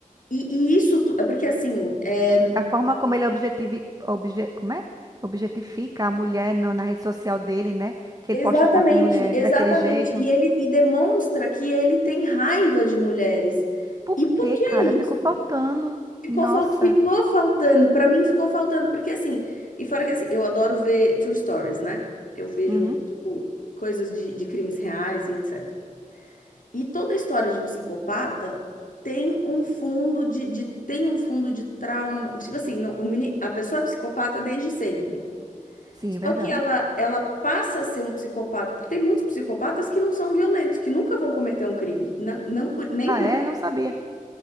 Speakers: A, on the left (about 70°); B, on the right (about 25°).
A: E, e isso, tu- é porque assim, é,
B: A forma como ele objetivi, obje, como é? objetifica a mulher no- na rede social dele, né? Que
A: Exatamente,
B: ele posta foto de mulher
A: exatamente.
B: daquele jeito.
A: E ele e demonstra que ele tem raiva de mulheres.
B: Por
A: E por
B: quê,
A: que
B: cara?
A: isso?
B: Ficou faltando.
A: Ficou,
B: Nossa.
A: fal- ficou faltando, para mim ficou faltando, porque assim, e fora que assim, eu adoro ver true stories, né? Eu vejo,
B: Uhum.
A: tipo, coisas de, de crimes reais e etc. E toda história de psicopata tem um fundo de, de- tem um fundo de trauma. Tipo assim, não- o meni- a pessoa é psicopata desde sempre.
B: Sim,
A: Só
B: é verdade.
A: que ela, ela passa a ser um psicopata, porque tem muitos psicopatas que não são violentos, que nunca vão cometer um crime. Não, não por- nem
B: Ah,
A: por,
B: é? Não sabia.